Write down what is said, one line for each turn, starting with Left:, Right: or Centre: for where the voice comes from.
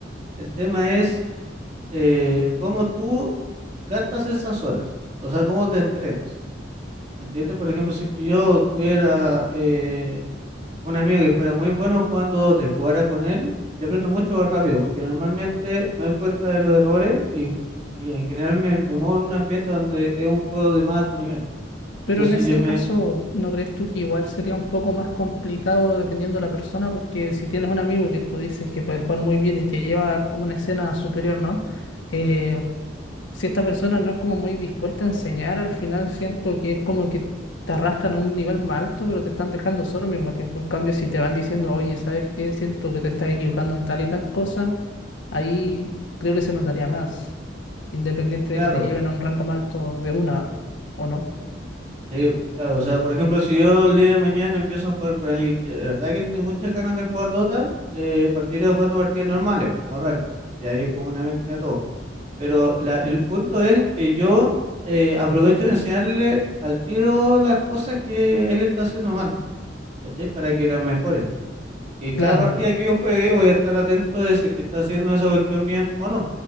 Right: El tema es eh, cómo tú gastas esas horas, o sea, cómo te entrenas. ¿Entiendes? Por ejemplo, si que yo tuviera eh, un amigo que fuera muy bueno jugando te jugara con él, yo aprendo mucho más rápido, porque normalmente me doy cuenta de los errores y, y en general me, me muevo en un ambiente donde es un juego de más alto nivel.
Left: Pero
Right: Entonces
Left: en ese
Right: yo me,
Left: caso, ¿no crees tú que igual sería un poco más complicado dependiendo de la persona? Porque si tienes un amigo que tú dices que puede jugar muy bien y te lleva como una escena superior, ¿no? Eh, si esta persona no es como muy dispuesta a enseñar, al final siento que es como que te arrastran a un nivel más alto, pero te están dejando solo al mismo tiempo. En cambio, si te van diciendo, oye, ¿sabes qué? Siento que te estás equivocando en tal y tal cosa, ahí creo que se notaría más, independiente
Right: claro,
Left: de que te lleven a un rango más alto de una o no.
Right: Sí, claro, o sea, por ejemplo, si yo el día de mañana empiezo a jugar con alguien que de verdad que tiene muchas ganas de jugar Dota, eh, partiría jugando partidas normales, pues, no ranked, y ahí es como una mezcla de todo. Pero la, el punto es que yo eh, aprovecho de enseñarle al tiro las cosas que él está haciendo mal, ¿cachai? Para que las mejore. Y cada
Left: Claro.
Right: partida que yo juegue voy a estar atento de si es que está haciendo esa cuestión bien o no.